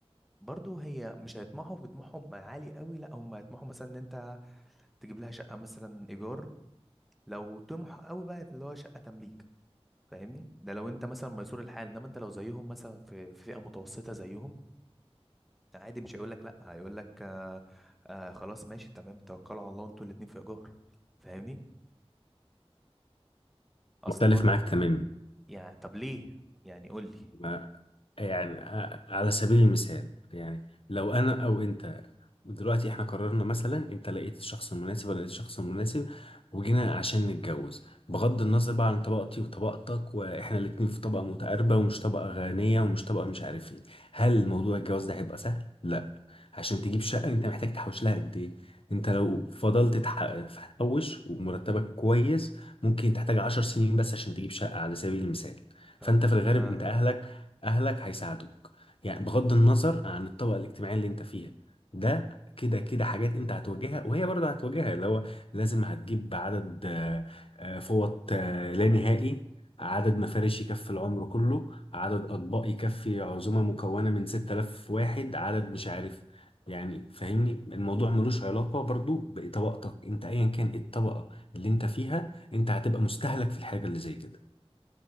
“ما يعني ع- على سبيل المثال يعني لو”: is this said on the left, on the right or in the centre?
Left